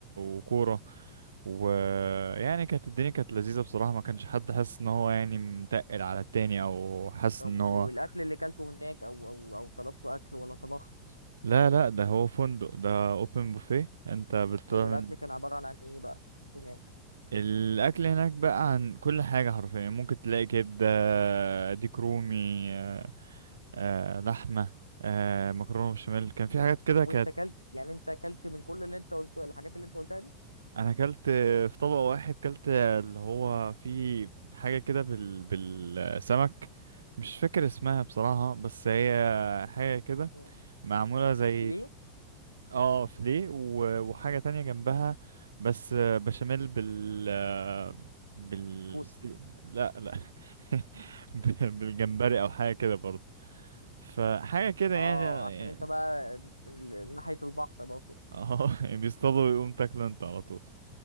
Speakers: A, on the right; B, on the left.
A: وكورة ويعني كانت الدنيا كانت لذيذة بصراحة ما كانش حد حاسس ان هو يعني متقل على التاني او حاسس
B: طب
A: ان
B: والاكل
A: هو
B: اللي كلته هناك او او او طلبت اكل ولا طبخت
A: لا لا ده
B: كان
A: هو
B: ايه
A: فندق ده اوبن بوفيه انت بتعمل
B: طب والاكل كان عباره عن ايه بقى هناك
A: الاكل هناك بقى عن كل حاجه حرفيا ممكن تلاقي كبده ديك رومي آه، آه، لحمه آه، مكرونه بشاميل كان في حاجات كده
B: وانت
A: كانت
B: كلت يعني انت كلت من كل اللي انت قلته الحاجات اللي انت قلتها
A: انا اكلت في طبق واحد اكلت اللي هو في حاجه كده بال بالسمك مش فاكر اسمها بصراحه بس هي حاجه كده
B: دي
A: معموله زي
B: سيليه
A: اه فلي و- وحاجة تانية جنبها بس آه، بشاميل بال آه، بال
B: الكوسي
A: لا لا <laughs> ب- بالجمبري او حاجة كده برضه فحاجة كده
B: اه
A: يعني يعني-
B: عشان انت بقى ال- ناحية البحر بقى وكده
A: اه <laughs> بيصطادوا ويقوم تاكله انت على طول